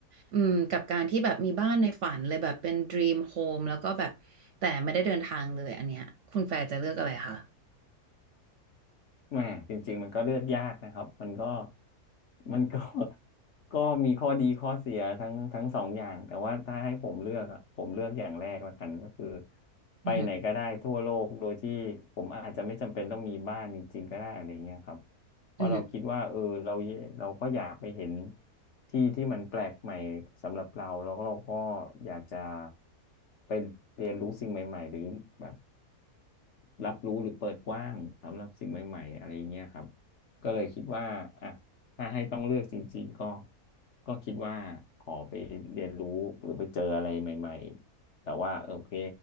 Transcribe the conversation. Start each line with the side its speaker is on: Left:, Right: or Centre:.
Right: อืมกับการที่แบบมีบ้านในฝันเลยแบบเป็น dream home แล้วก็แบบแต่ไม่ได้เดินทางเลยอันเนี้ยคุณแฟร์จะเลือกอะไรคะ
Left: แหมจริงๆมันก็เลือกยากนะครับมันก็มันก็ <laughs> ก็มีข้อดีข้อเสียทั้งทั้งสองอย่างแต่ว่าถ้าให้ผมเลือกอะผมเลือกอย่างแรกละกันก็คือไปไหนก็ได้ทั่วโลกโดยที่ผมอาจจะไม่จำเป็นต้องมีบ้านจริงๆก็ได้อะไรเงี้ยครับ
Right: อือหื
Left: เพราะเราคิดว่าเออเราเราก็อยากไปเห็น
Right: อ
Left: ที่ที่มันแปลกใหม่สำหรับเราแล้วก็เราก็อยากจะไปเรียนรู้สิ่งใหม่ๆหรือแบบ รับรู้หรือเปิดกว้างสำหรับสิ่งใหม่ๆอะไรอย่างเงี้ยครับก็เลยคิดว่าอ่ะถ้าให้ต้องเลือกจริงๆก็ก็คิดว่าขอไปเรียนรู้หรือไปเจออะไรใหม่ๆแต่ว่าเออโอเค